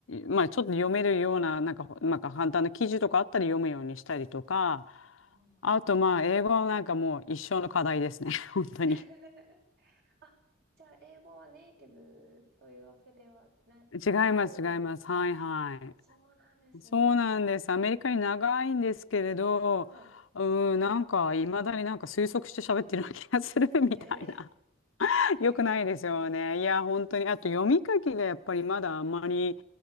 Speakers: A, on the left; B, on the right.
A: まあちょっと読めるような、なんか、なんか簡単な記事とかあったり読むようにしたりとか、
B: あ
A: あとまあ英語はなんかもう一生の課題ですね。<laughs> 本当に。
B: ー <laughs> あ、じゃあ、英語はネイティブというわけではな、
A: 違います、
B: なく、
A: 違います。
B: あ、
A: はいは
B: そうなんですね。
A: い。そうなんです。アメリカに長いんですけれど、
B: は
A: うーん、なんか、いまだになんか推測して喋ってるような気がする <laughs> みたいな。
B: い。えー
A: <laughs>
B: いやいやいやいやいやいや。
A: よくないですよね。いや、本当に。あと、読み書きがやっぱりまだあんまり